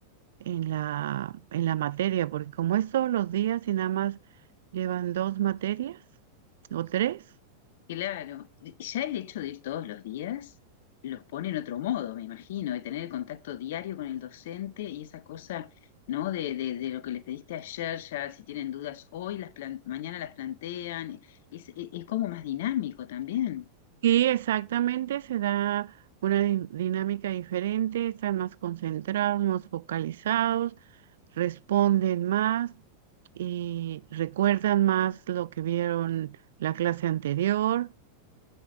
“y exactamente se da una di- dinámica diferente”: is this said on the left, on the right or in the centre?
Right